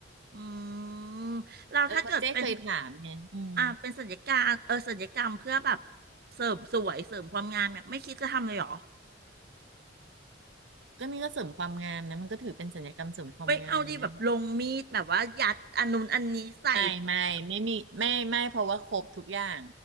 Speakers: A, on the right (about 55°); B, on the right (about 75°).
A: อืมเราถ้าเกิดเป็น
B: เออเพราะเจ๊เคยถามไงอืม
A: อ่าเป็นสัญญการเออสัญญกรรมเพื่อแบบเสริมสวยเสริมความงามเนี่ยไม่คิดจะทำเลยเหรอ
B: ก็นี่ก็เสริมความงามนะมันก็ถือเป็นสัญญกรรมเสริมความงามนะ
A: ไม่เอาดีแบบลงมีดแบบว่ายัดอันนู้นอันนี้ใส่แบบ
B: ไม่ไม่ไม่มีไม่ไม่เพราะว่าครบทุกอย่าง